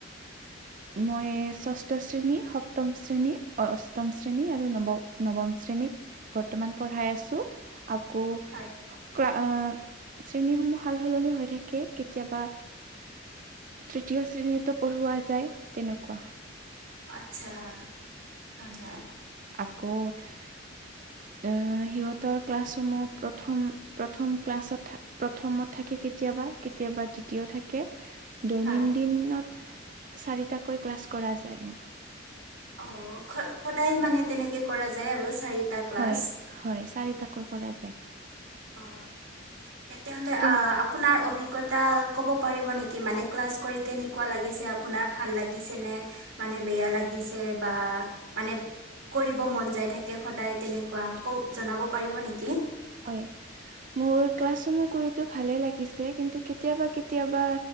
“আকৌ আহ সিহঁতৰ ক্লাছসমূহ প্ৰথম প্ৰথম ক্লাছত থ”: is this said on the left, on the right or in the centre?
Right